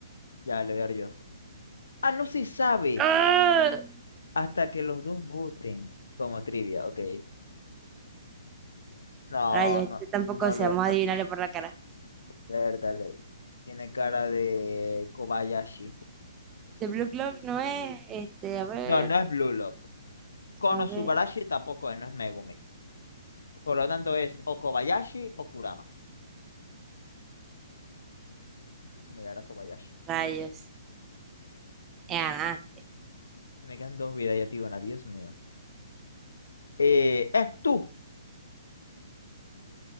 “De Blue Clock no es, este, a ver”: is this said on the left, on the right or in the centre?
Right